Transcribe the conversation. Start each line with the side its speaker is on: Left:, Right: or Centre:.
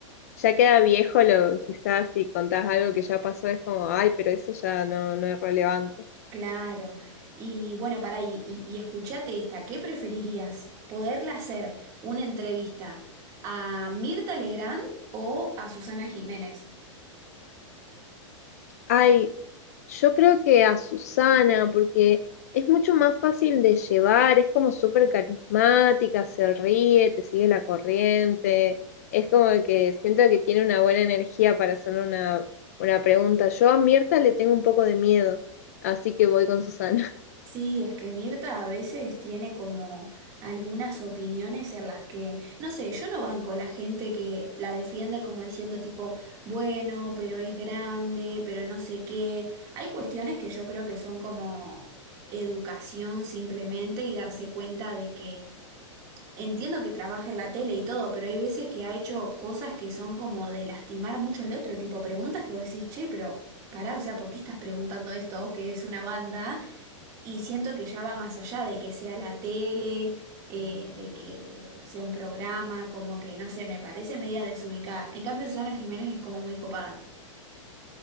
Left: ya queda viejo lo, quizás si contás algo que ya pasó es como, ay, pero eso ya no, no es relevante.
Right: claro. Y bueno, pará, y, y, y escuchate esta, ¿qué preferirías? ¿Poderle hacer una entrevista a Mirta Legrand o a Susana Jiménez?
Left: Ay, yo creo que a Susana, porque es mucho más fácil de llevar, es como súper carismática, se ríe, te sigue la corriente, es como que siento que tiene una buena energía para hacer una, una pregunta. Yo a Mirta le tengo un poco de miedo, así que voy con Susana.
Right: Sí, es que Mirta a veces tiene como algunas opiniones en las que, no sé, yo no banco la gente que la defiende como diciendo tipo, bueno, pero es grande, pero no sé qué. Hay cuestiones que yo creo que son como educación simplemente y darse cuenta de que entiendo que trabaja en la tele y todo, pero hay veces que ha hecho cosas que son como de lastimar mucho al otro, tipo preguntas que vos decís, che, pero... Pará, o sea, ¿por qué estás preguntando esto? Que es una banda. Y siento que ya va más allá de que sea la tele, eh, de que sea un programa, como que, no sé, me parece media desubicada. En cambio, Susana Jiménez es como muy copada.